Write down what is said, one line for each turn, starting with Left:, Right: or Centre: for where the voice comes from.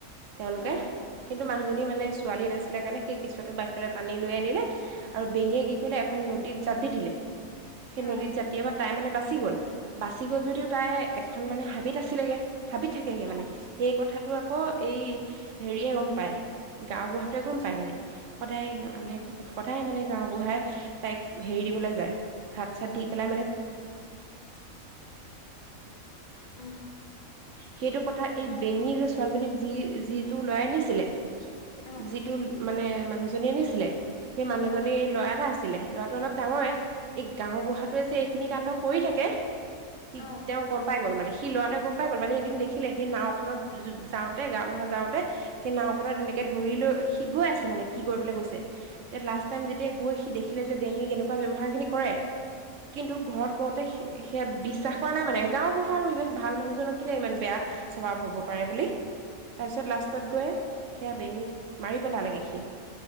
Right: তেওঁলোকে
Left: অ',
Right: কিন্তু মানুহজনী মানে ছোৱালী নাছিলে কাৰণে সেই কেঁচুৱাটো বাহিৰ টানি লৈ আনিলে আৰু বেঙিয়ে কি কৰিলে এখন নদীত জাপ দি দিলে সেই
Left: অ',
Right: নদীত জাপ <unintelligible> মানে বাচি গ'ল বাচি গ'ল যদিও তাই এখন মানে হাবিত আছিলেগে হাবিত থাকেগে
Left: অ', অ',
Right: মানে সেই কথাাটো আকৌ এই হেৰিয়ে গম পায় গাওঁ বুঢ়াটোৱে গম পায় মানে সদায় মানে সদায় মানে গাওবুঢ়াই তাইক হেৰি দিবলৈ যায় !!!!!!
Left: উম, উম,
Right: সেইটো কথা এই বেঙি যে ছোৱালীজনীক যি যিটো লৰা আনিছিলে
Left: অ',
Right: যিটো মানে মানুহজনীয়ে আনিছিলে সেই মানুহজনীৰ
Left: অ',
Right: ল'ৰা এটা আছিলে ল'ৰাটো অলপ ডাঙৰে এই গাও বুঢাতোৱে যে এইখিনি কাণ্ড কৰি থাকে সি
Left: অ',
Right: তেওঁ গম পাই গ'ল মানে সি ল'ৰাটোৱে গম পাই গ'ল মানে এদিন দেখিলে সেই নাওখনত যাওঁতে গাঁও বুঢ়া যাওঁতে সেই নাওখনত এনেকে ধৰি লৈ সি গৈ আছে মানে কি কৰিবলৈ গৈছে তেতিয়া লাষ্ট টাইম যেতিয়া গৈ সি দেখিলে যে বেঙিক এনেকুৱা ব্যৱহাৰ খিনি কৰে কিন্তু ঘৰত কওঁতে সেয়া বিশ্বাস কৰা নাই মানে গাঁওবুঢ়া আৰু ইমান ভাল মানুহজনক কেলে ইমান বেয়া স্বভাৱ হব পাৰে বুলি তাৰপিছত লাষ্টত গৈ সেয়া বেঙিক মাৰি পেলালেগে সি